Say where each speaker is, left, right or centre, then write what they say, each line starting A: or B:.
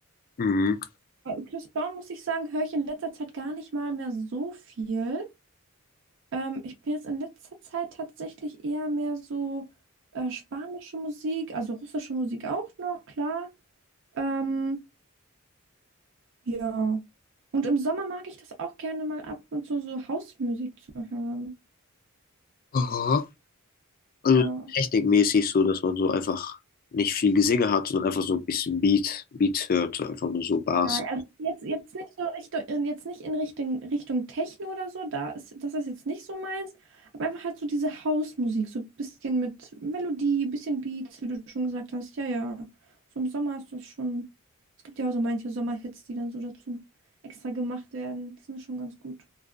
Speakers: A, on the left; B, on the right.
A: Mhm.
B: Äh, Chris Brown, muss ich sagen, höre ich in letzter Zeit gar nicht mal mehr so viel. Ähm, ich bin jetzt in letzter Zeit tatsächlich eher mehr so äh, spanische Musik, also russische Musik auch noch, klar. Ähm, Ja. Und im Sommer mag ich das auch gerne mal ab und zu so Hausmusik zu hören.
A: Aha. Also
B: Ja.
A: technikmäßig so, dass man so einfach nicht viel Gesinge hat, sondern einfach so ein bisschen Beat, Beat hört, einfach nur so Bars.
B: Ja, also Jetzt, jetzt nicht so Richtung, in- jetzt nicht in Richtung, Richtung Techno oder so, da ist, das ist jetzt nicht so meins, aber einfach halt so diese Hausmusik, so ein bisschen mit Melodie, ein bisschen Beats, wie du schon gesagt hast. Ja, ja. So im Sommer ist das schon. Es gibt ja auch so manche Sommerhits, die dann so dazu extra gemacht werden. Die sind schon ganz gut.